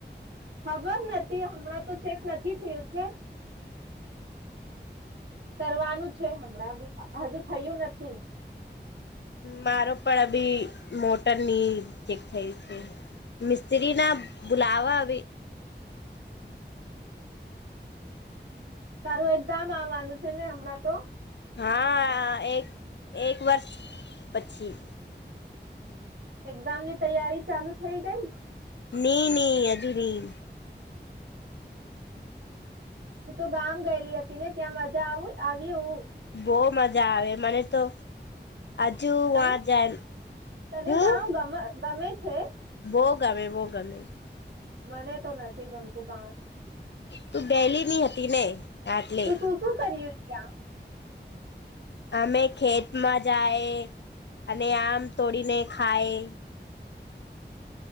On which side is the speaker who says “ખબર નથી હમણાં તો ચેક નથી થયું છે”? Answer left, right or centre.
Right